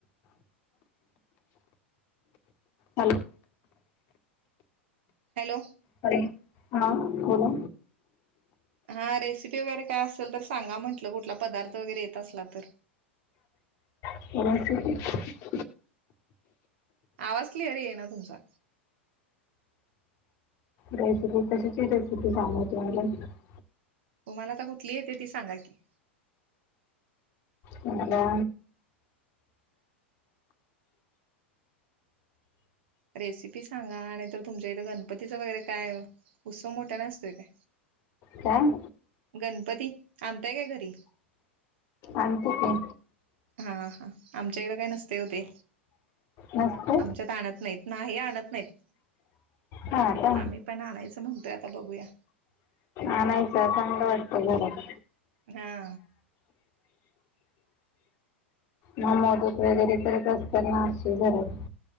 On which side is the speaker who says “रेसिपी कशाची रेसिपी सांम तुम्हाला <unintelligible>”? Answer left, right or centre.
Left